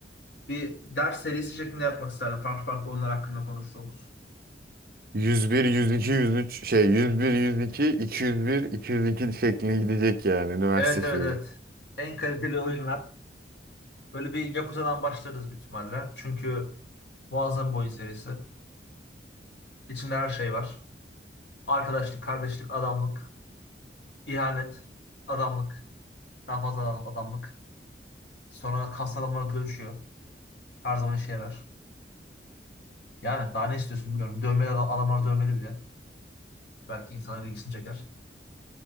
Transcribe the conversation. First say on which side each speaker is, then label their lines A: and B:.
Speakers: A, on the left; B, on the right.
A: Bir ders serisi şeklinde yapmak isterdim. Farklı farklı oyunlar hakkında konuştuğumuz.
B: 101, 102, 103 şey 101, 102, 201, 202 şeklinde gidecek yani üniversite
A: Evet
B: şeyi.
A: evet evet. En kaliteli oyunlar. Böyle bir Yakuza'dan başlarız büyük ihtimalle. Çünkü muazzam bir oyun serisi. İçinde her şey var. Arkadaşlık, kardeşlik, adamlık, ihanet, adamlık, daha fazla adam- adamlık. Sonra kas adamları dövüşüyor. Her zaman işe yarar. Yani daha ne istiyorsun bilmiyorum. Dövmeli adam, adamlar dövmeli bile. Belki insanların ilgisini çeker.